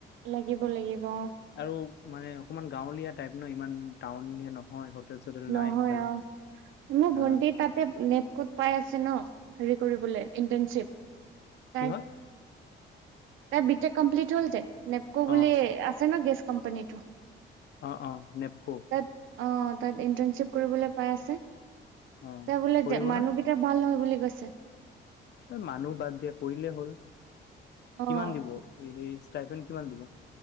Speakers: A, on the right; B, on the left.
A: লাগিব লাগিব অঁ।
B: আৰু মানে অকমান গাঁৱলীয়া টাইপ ন ইমান টাউনিয়া নহয় হোটেল চোটেল
A: নহয়
B: নাই সেইফালে
A: অঁ, মোৰ
B: অ
A: ভণ্টি তা তে নেপকোত পাই আছে ন হেৰি কৰিবলৈ ইন্টাৰণশ্বিপ। তাই,
B: কিহত
A: তাই বিটেক কম্প্লিট হ'ল যে নেপকো
B: অ
A: বুলি আছে ন গেছ কোম্পানীটো
B: অ অ নেপকো
A: তাত অঁ তাত ইণ্টাৰ্ণচিপ কৰিবলে পায় আছে, কিবা
B: অ
A: বোলে
B: কৰিব
A: মানুহ
B: না
A: এতিয়া ভাল নহয় বুলি কৈছে
B: মানুহ বাদ দিয়া কৰিলে হ'ল
A: অ',
B: কিমান দিব সেই ষ্টাইপেন কিমান দিব